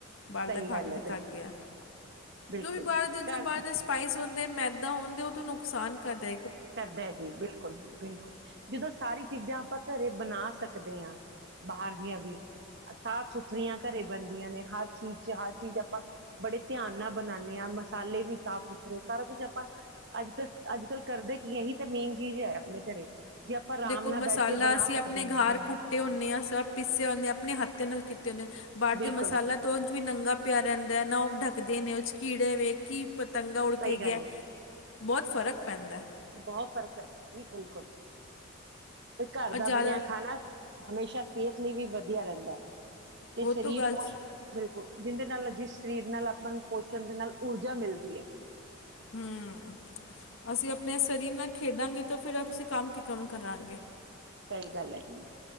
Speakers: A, on the left; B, on the right.
A: ਬਾਹਰ
B: ਸਹੀ
A: ਦਾ ਖਾ
B: ਗੱਲ
A: ਕੇ ਵੀ
B: ਹੈ,
A: ਥਕ ਗਏ ਆ,
B: ਬਿਲਕੁਲ-ਬਿਲਕੁਲ
A: ਜੋ ਵੀ ਬਾਹਰ ਦਾ ਜੋ
B: ਘਰ
A: ਬਾਹਰ ਦਾ ਸਪਾਈਸ ਹੁੰ ਤੇ ਮੈਦਾ ਹੋਣ ਦੇ ਉਹ ਤੂੰ ਨੁਕਸਾਨ ਕਰਦਾ
B: ਕਰਦਾ ਹੈਂ ਜੀ, ਬਿਲਕੁਲ-ਬਿਲਕੁਲ ਜਦੋਂ ਸਾਰੀ ਚੀਜ਼ਾਂ ਆਪਾਂ ਘਰੇ ਬਣਾ ਸਕਦੇ ਹਾਂ ਬਾਹਰ ਦੀਆਂ ਵੀ ਸਾਫ਼ ਸੁਥਰੀਆਂ ਘਰੇ ਬਣਦੀਆਂ ਨੇ, ਹਰ ਚੀਜ਼ ਚ ਹਰ ਚੀਜ਼ ਆਪਾਂ ਬੜੇ ਧਿਆਨ ਨਾਲ ਬਣਾਉਂਣੇ ਹਾਂ, ਮਸਾਲੇ ਵੀ ਸਾਫ਼ ਸੁਥਰੇ, ਸਾਰਾ ਕੁਛ ਆਪਾਂ ਅੱਜ ਟਸ, ਅੱਜ ਕੱਲ੍ਹ ਕਰਦੇ ਕੀ ਏ? ਇਹੀ ਤਾਂ ਮੇਨ ਚੀਜ਼ ਹੈ ਆਪਣੇ ਘਰੇ। ਜੇ ਆਪਾਂ ਆਰਾਮ
A: ਦੇਖੋ
B: ਨਾਲ
A: ਮਸਾਲਾ
B: ਬੈਠ ਕੇ ਬਣਾ
A: ਅਸੀਂ ਆਪਣੇ
B: ਸਕਦੇ ਹਾਂ
A: ਘਾਰ
B: ਹਾਂ
A: ਕੁੁੱਟੇ ਹੁੰਣੇ ਹਾਂ, ਸਭ ਪੀਸੇ ਹੁੰਣੇ ਹ ਆਪਣੇ ਹੱਥ ਦੇ ਨਾਲ ਕੀਤੇ ਹੁੰਣੇ ਆ ਬਾਹਰ ਦੇ
B: ਬਿਲਕੁਲ
A: ਮਸਾਲਾ ਤੋਂ ਉਂਜ ਵੀ ਨੰਗਾ ਪਿਆ ਰਹਿੰਦਾ ਹੈ ਨਾ ਉਹ। ਡਢੱਕਦੇ ਨੇ, ਉਹ ਚ ਕੀੜੇ ਵੇ ਕਿ ਪਤੰਗਾਂ ਉੱਡ
B: ਸਹੀ
A: ਕੇ ਗਿਆ,
B: ਗੱਲ ਹੈ,
A: ਬਹੁਤ ਫ਼ਰਕ ਪੈਂਦਾ ਏ।
B: ਬਹੁਤ ਫ਼ਰਕ ਪੈਂਦਾ ਜੀ ਬਿਲਕੁਲ। ਤੇ ਘਰ
A: ਔਰ ਜ਼ਿਆਦਾ
B: ਦਾ ਬਣਿਆ ਖਾਣਾ, ਹਮੇਸ਼ਾ ਸਿਹਤ ਲਈ ਵੀ ਵਧੀਆ ਰਹਿੰਦਾ। ਤੇ
A: ਉਹ
B: ਸ਼ਰੀਰ
A: ਤੋਂ ਗੱਲ
B: ਪੁਸ਼,
A: ਸ-
B: ਬਿਲਕੁਲ। ਜਿੰਦੇ ਨਾਲ ਜਿਸ ਸਰੀਰ ਨਾਲ ਆਪਾਂ ਨੂੰ ਪੋਸ਼ਣ ਦੇ ਨਾਲ ਊਰਜਾ ਮਿਲਦੀ ਹੈ।
A: ਹਮ, ਅਸੀਂ ਆਪਣੇ ਸਰੀਰ ਨਾਲ ਖੇਡਾਂਗੇ ਤਾਂ ਫਿਰ ਅਸੀਂ ਕੰਮ ਕੀ ਕੰਮ ਕਰਾਂਗੇ?
B: ਸਹੀ ਗੱਲ ਹੈ ਜੀ।